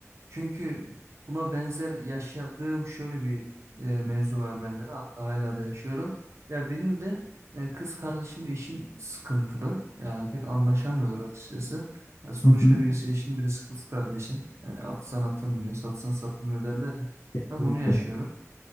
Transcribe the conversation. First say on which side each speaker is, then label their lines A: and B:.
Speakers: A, on the right; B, on the left.
A: Çünkü buna benzer yaşadığım şöyle bir e, mevzu var bende de hatta hala da yaşıyorum. Ya benim de e, kız kardeşimle işim sıkıntılı. Yani pek anlaşamıyorlar açıkçası. Ya sonuçta
B: Hı hı.
A: birisi eşim birisi kız kardeşin. Yani atsan atılmıyor, satsan satılmıyor derler ya.
B: Kesinlikle.
A: Tam onu yaşıyorum.